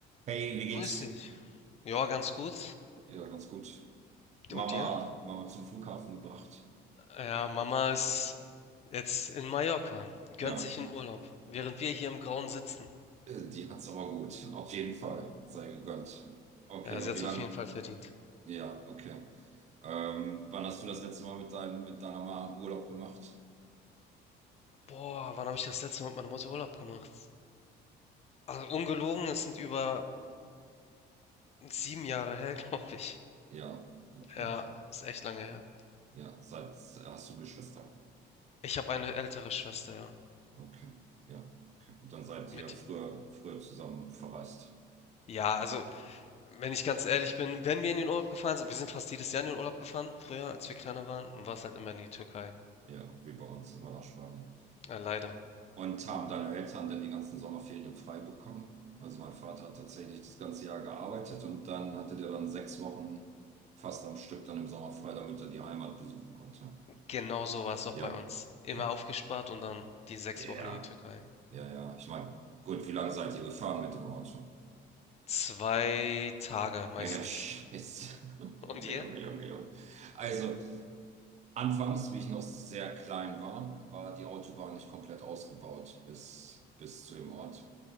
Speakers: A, on the right; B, on the left.
A: Hey, wie geht's?
B: Grüß dich. Ja, ganz gut.
A: Ja, ganz gut. Mama,
B: Und dir?
A: Mama zum Flughafen gebracht.
B: Ja, Mama ist jetzt in Mallorca, gönnt
A: Ja,
B: sich einen Urlaub, während wir hier im Grauen sitzen.
A: äh, die hat's aber gut. Auf jeden Fall. Sei gegönnt. Okay,
B: Ja,
A: und
B: sie hat
A: wie
B: es
A: lange?
B: auf jeden Fall verdient.
A: Ja, okay. Ähm, wann hast du das letzte Mal mit dein, mit deiner Mama einen Urlaub gemacht?
B: Boah, wann habe ich das letzte Mal mit meiner Mutter Urlaub gemacht? Also ungelogen, es sind über sieben Jahre her, <laughs> glaube ich.
A: Ja, okay.
B: Ja, ist echt lange her.
A: Ja, seit, hast du Geschwister?
B: Ich habe eine ältere Schwester, ja.
A: Okay, ja, okay. Und dann seid
B: Mit,
A: ihr früher, früher zusammen verreist.
B: ja, also, wenn ich ganz ehrlich bin, wenn wir in den Urlaub gefahren sind, wir sind fast jedes Jahr in den Urlaub gefahren, früher, als wir kleiner waren, und war es halt immer in die Türkei.
A: Ja, wie bei uns, immer nach Spanien.
B: Ja, leider.
A: Und haben deine Eltern dann die ganzen Sommerferien frei bekommen? Also mein Vater hat tatsächlich das ganze Jahr gearbeitet und dann hatte der dann sechs Wochen fast am Stück dann im Sommer frei, damit er die Heimat besuchen konnte.
B: Genau so war es
A: Ja,
B: auch bei uns. Immer
A: ja,
B: aufgespart und dann die sechs
A: ja,
B: Wochen in die Türkei.
A: ja, ja. Ich meine, gut, wie lange seid ihr gefahren mit dem Auto?
B: zwei Tage meistens.
A: Ja, ja, scheiße. <laughs> Junge,
B: Und ihr?
A: Junge, Junge, Junge. Also, anfangs, wie ich noch sehr klein war, war die Autobahn nicht komplett ausgebaut bis, bis zu dem Ort.